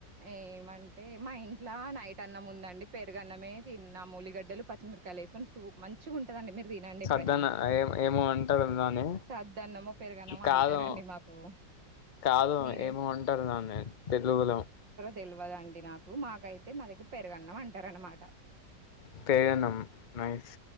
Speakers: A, on the right (about 85°); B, on the left (about 45°).
A: ఏమంటే మా ఇంట్లా నైట్ అన్న ముందండి ఓన్లీ పెరుగన్నమే తిన్న ఉలిగడ్డలు పచ్చిమిరకాయలు వసుకొని సూపర్ ఉంది మంచిగా ఉంటదండి మీరు తినండి ఎప్పుడైనా
B: సద్దన్న ఏ ఏమో అంటారు దాన్ని
A: సద్దన్నమో పెరుగన్నమో
B: కాదు
A: అంటే సరండి మాకు
B: కాదు
A: మీరే
B: ఏమో అంటారు దాన్ని తెలుగులో
A: తెలివద అండి నాకు మాకైతే మా దగ్గర పెరుగన్నాం అంటార అనమాట
B: పెరుగన్న నైస్